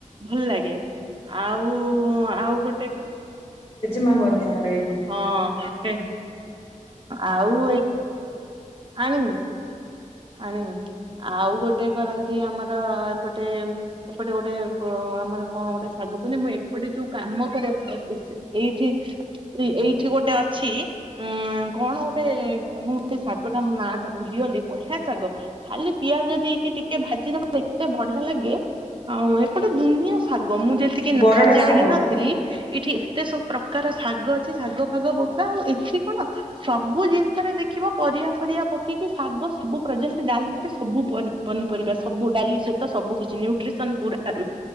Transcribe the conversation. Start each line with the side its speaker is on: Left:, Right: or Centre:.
Right: ଭଲ ଲାଗେ ଆଉ ଆଉ ଗୋଟେ
Left: ମା ବନ୍ୟ
Right: ହଁ ହଁ। ଆଉ ଏ ଆଣିନି ଆଣିନି ଆଉ ଗୋଟେ କରନ୍ତି ଆମର ଏପଟେ ଏପଟେ ଗୋଟେ ଆମର କଣ ଗୋଟେ ଶାଗ କୁହନି ମୁଁ ଏପଟେ ଯୋଉ କାମ କରେ ଏଇଠି ଏଇଠି ଗୋଟେ ଅଛି ଉଁ କଣ ଗୋଟେ କଣ ଗୋଟେ ଶାଗ ଟା ମୋ ନା ଟା ଭୁଲିଗଲି ବଢିଆ। ଶାଗ ଖାଲି ପିଆଜ ଦେଇକି ଟିକେ ଭାଜିଦବା ଏତେ ବଢିଆ ଲାଗେ ଆଉ ଏପଟେ ଦୁନିଆ ଶାଗ ମୁଁ ସେତିକି ନା
Left: ବରଡା
Right: ଜାଣିନଥିଲି
Left: ଶାଗ
Right: ଏଠି ଏତେ ସବୁ ପ୍ରକାର ଶାଗ ଅଛି ଶାଗ ଫାଗ ବହୁତ କ ଆଉ ଏଠି କଣ ସବୁ ଜିନିଷରେ ଦେଖିବ ପରିବା ଫରିିବା ପକେଇକି ଶାଗ ସବୁ। ଯେମିତି ଡାଲମା ସବୁ ପନ ପନିପରିବା ସବୁ ଡାଲି ସହିତ ସବୁ କିଛି ନ୍ୟୁଟ୍ରିସନ ପୁରା ରୁହ